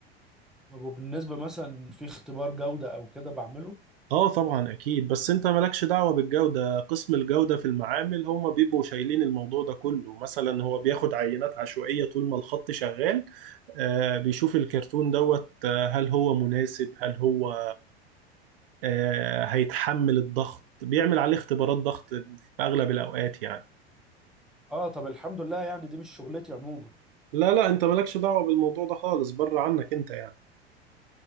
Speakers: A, in the centre; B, on the right.
A: طب وبالنسبة مثلا في اختبار جودة او كده بعمله
B: اه طبعا اكيد بس انت مالكش دعوة بالجودة قسم الجودة في المعامل هم بيبقوا شايلين الموضوع ده كله مثلا هو بياخد عينات عشوائية طول ما الخط شغال آه بيشوف الكرتون دوت آه هل هو مناسب هل هو آه هيتحمل الضغط بيعمل عليه اختبارات ضغط في اغلب الاوقات يعني
A: اه طب الحمد لله يعني دي مش شغلتي عموما
B: لا لا انت مالكش دعوة بالموضوع ده خالص بره عنك انت يعني